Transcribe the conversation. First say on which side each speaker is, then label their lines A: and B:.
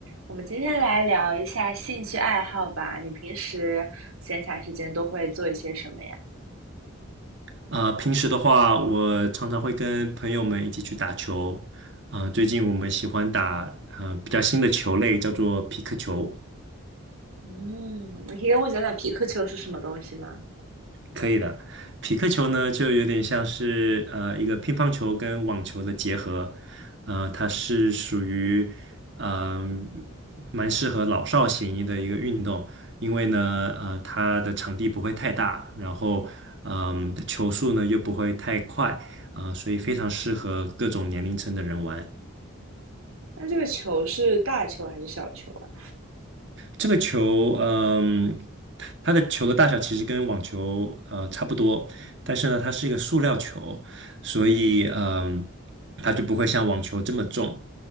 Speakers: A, on the right (about 85°); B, on the right (about 55°).
A: 我们今天来聊一下兴趣爱好吧。你平时闲暇时间都会做一些什么呀？
B: 啊、平时的话，我常常会跟朋友们一起去打球。啊、最近我们喜欢打啊、呃比较新的球类，叫做皮克球。
A: 嗯，你可以跟我讲讲皮克球是什么东西吗？
B: 可以的，匹克球呢，就有点像是呃一个乒乓球跟网球的结合，呃，它是属于嗯、蛮适合老少咸宜的一个运动，因为呢呃它的场地不会太大，然后嗯、球速呢又不会太快，啊、所以非常适合各种年龄层的人玩。
A: 那这个球是大球还是小球啊？
B: 这个球，嗯，它的球的大小其实跟网球呃差不多，但是呢，它是一个塑料球，所以嗯，它就不会像网球这么重。